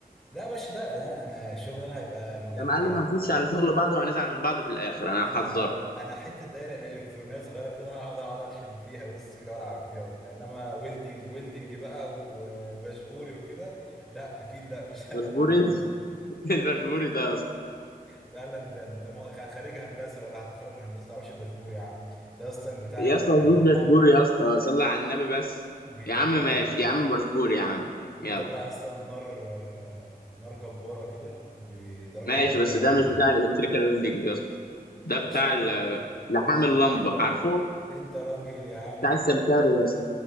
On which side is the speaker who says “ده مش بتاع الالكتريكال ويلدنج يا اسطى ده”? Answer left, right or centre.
Left